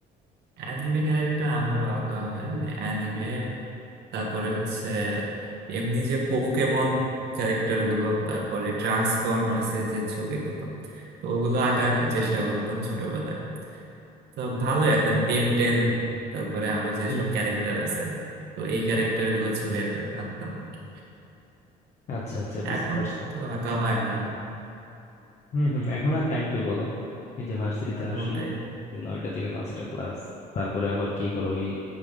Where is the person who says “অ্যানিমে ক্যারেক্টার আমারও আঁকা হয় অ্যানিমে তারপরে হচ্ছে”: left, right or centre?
Right